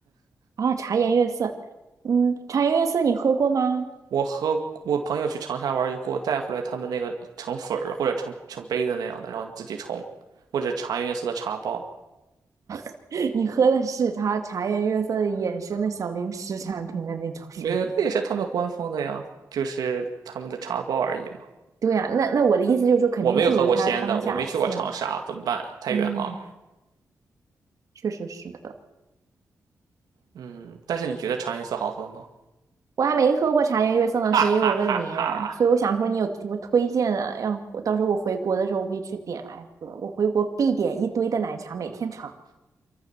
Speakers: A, on the right; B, on the right.
A: 啊，茶颜悦色，嗯，茶颜悦色你喝过吗？
B: 我和我朋友去长沙玩儿，就给我带回来他们那个成粉儿或者成成杯的那样的，然后你自己冲，或者茶颜悦色的茶包，
A: <laughs> 你喝的是它茶颜悦色的衍生的小零食产品的那种是吗？
B: 没有，那也是他们官方的呀，就是他们的茶包而已嘛。
A: 对呀、那那我的意思就是说，肯定不如他当下鲜。
B: 我没有喝过鲜的，我没去过长沙，怎么办？太远了。
A: 嗯，确实是的。
B: 嗯，但是你觉得茶颜悦色好喝吗？
A: 我还没喝过茶颜悦色呢，
B: 哈哈哈哈，
A: 所以我问你，所以我想说你有什么推荐的？要我到时候我回国的时候，我可以去点来喝。我回国必点一堆的奶茶，每天尝。